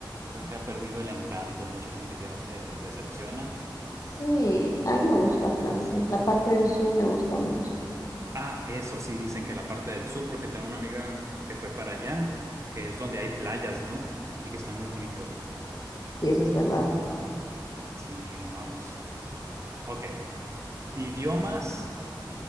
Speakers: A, on the right; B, on the left.
A: creo que ha perdido el encanto. Mucha gente que va se decepciona.
B: Sí, a mí me gusta Francia. La parte del sur me gusta mucho.
A: Ah, eso sí, dicen que la parte del sur, porque tengo una amiga que fue para allá, que es donde hay playas, ¿no? Y que están muy bonitos.
B: Y eso es verdad.
A: Sí, no, pues sí. Ok, idiomas,